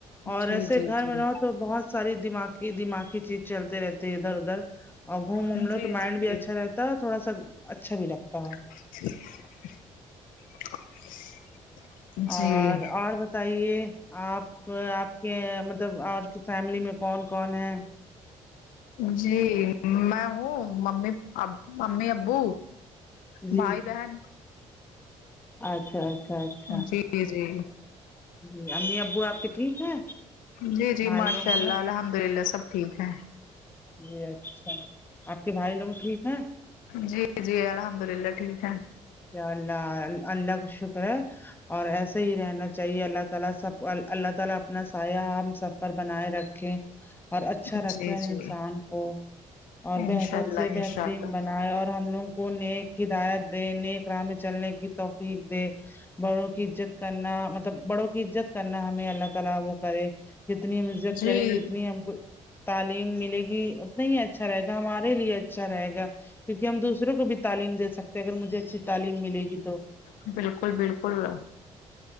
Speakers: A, on the left; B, on the left.
A: اور
B: جی
A: ایسے
B: جی
A: گھر
B: جی
A: میں رہو تو بہت ساری دماغ دماغی چیز چلتے رہتی ہے ادھر ادھر اور گھوم وھوم
B: جی
A: لو تو
B: جی
A: مائنڈ بھی اچھا رہتا ہے تھوڑا سا اچھا بھی لگتا ہے
B: <inaudible>
A: اور
B: جی
A: اور بتائیے آپ آپ کہ مطلب اور کی فیملی میں کون کون ہے
B: جی میں ہوں ممی ممی ابو
A: جی
B: بھائی بہن
A: اچھا اچھا اچھا
B: جی جی
A: جی امی ابو آپ کے ٹھیک ہے
B: جی جی
A: بھائی
B: ماشاء
A: لوگ سب
B: اللہ الحمد للہ سب ٹھیک ہے
A: جی اچھا آپ کے بھائی لوگ ٹھیک ہیں
B: جی جی الحمد للہ ٹھیک ہے
A: ا اللہ اللہ کا شکر ہے اور ایسا ہی رہنا چاہیے اللہ تعالی سب اللہ تعالی اپنا سایہ ہم سب پر بنائے رکھے اور اچھا
B: جی
A: رکھے اور
B: جی
A: انسان کو اور
B: انشاء
A: بہتر
B: اللہ
A: سے بہترین
B: انشاء اللہ
A: بنائے اور ہم لوگوں کو نیک ہدایت دے نیک ر میں چلنے کی توقیق دے <unintelligible> بڑوں کی عزت کرنا مطلب بڑوں کی عزت کرنا ہمیں اللہ تعالی وہ کرے جتنی ہم عزت
B: جی
A: کریں گے جتنی ہم کو تعلیم ملے گی اتنا ہی اچھا رہے گا ہمارے لیے اچھا رہے گا کیونکہ ہم دوسروں کو بھی تعلیم دے سکتے ہیں اگر مجھے اچھی تعلیم ملے گی تو
B: بالکل بالکل